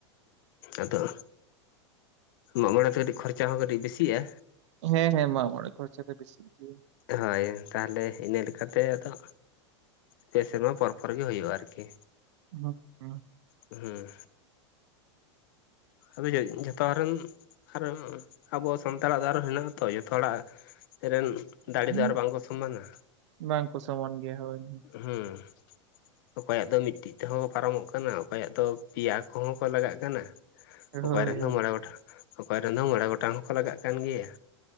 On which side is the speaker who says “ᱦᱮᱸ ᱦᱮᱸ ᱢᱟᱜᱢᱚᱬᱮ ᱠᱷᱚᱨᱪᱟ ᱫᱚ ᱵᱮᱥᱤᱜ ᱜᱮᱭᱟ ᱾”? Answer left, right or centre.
Right